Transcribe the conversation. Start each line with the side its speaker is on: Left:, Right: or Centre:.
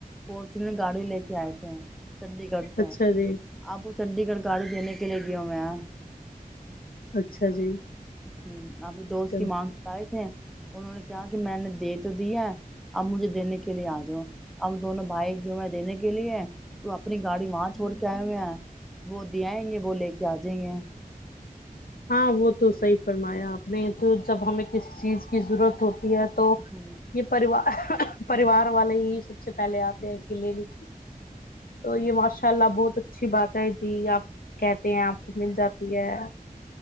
Centre: فورچونر گاڑی لے کے آئے تھے چنڈی گڑھ سے
Left: اچھا جی
Centre: آپ وہ چنڈی گڑھ گاڑی دینے کے لیے گیا ہوئے ہے
Left: اچھا جی
Centre: ہ آپکی دوست
Left: چلو
Centre: کی مانگ آئے تھے انہوں نے کیا کہ میں نے دے تو دیا اب مجھے دینے کے لیے آ جاؤ ہم دونوں بھائی جو میں دینے کے لیے تو اپنی گاڑی وہاں چھوڑ کے آئے ہوئے وہ دے آئیں گے وہ لے کے آ جائیں گے
Left: ہاں وہ تو صحیح فرمایا آپ نے تو جب ہمیں کسی چیز کی ضرورت ہوتی ہے تو
Centre: ہوں
Left: یہ پوار پریوار والے ہی سب سے پہلے آتے ہیں کہ لے لیجیے تو یہ ماشاء اللہ بہت اچھی باتیں تھی آپ کہتے ہیں آپ کو مل جاتی ہے